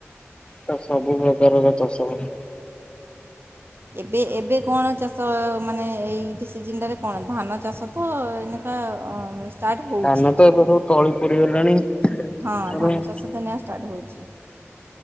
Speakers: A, on the left; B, on the right.
A: ପୁରା ସବୁ ପ୍ରକାରର ଚାଷ ହୁଏ।
B: ଏବେ ଏବେ କଣ ଚାଷ ମାନେ ଏଇ ସିଜିନଟାରେ କଣ ଧାନ ଚାଷ ତ ଏଇନେକା ଅ ଷ୍ଟାର୍ଟ ହେଉଛି
A: ଧାନ ତ ଏବେ ସବୁ ତଳି ପଡ଼ି ଗଲାଣି ଆମର
B: ହଁ ଧାନ ଚାଷ ତ ଏଇନା ଷ୍ଟାର୍ଟ ହେଉଛି